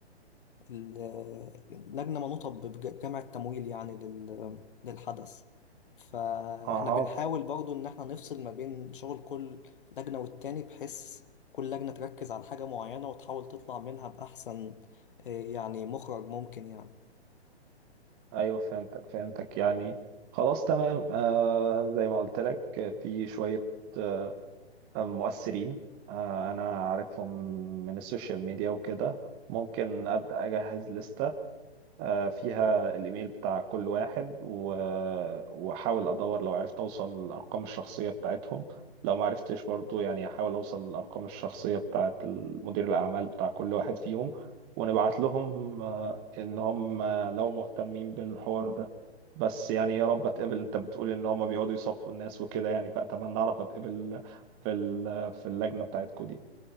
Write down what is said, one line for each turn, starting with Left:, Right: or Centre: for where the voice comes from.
Left: ال لجنة منوطة ب- بجمع التمويل يعني لل للحدث فاحنا
Right: اها
Left: بنحاول برضو إن احنا نفصل ما بين شغل كل لجنة والتاني بحيث كل لجنة تركز على حاجة معينة وتحاول تطلع منها بأحسن آه، يعني مخرج ممكن يعني
Right: ايوه فهمتك فهمتك يعني خلاص تمام آه زي ما قلت لك آه، في شوية آه، مؤثرين آه، انا عارفهم من السوشيال ميديا وكده ممكن ابدا اجهز لستة آه، فيها الايميل بتاع كل واحد و- واحاول ادور لو عرفت اوصل الارقام الشخصيه بتاعتهم لو ما عرفتش برضو يعني احاول اوصل الارقام الشخصيه بتاعت مدير الاعمال بتاع كل واحد فيهم ونبعت لهم آه، ان هم لو مهتمين بالحوار ده بس يعني يا رب اتقبل انت بتقول ان هم بيقعدوا يصفوا الناس وكده يعني فاتمنى اعرف اتقبل في ال- في اللجنه بتاعتكوا دي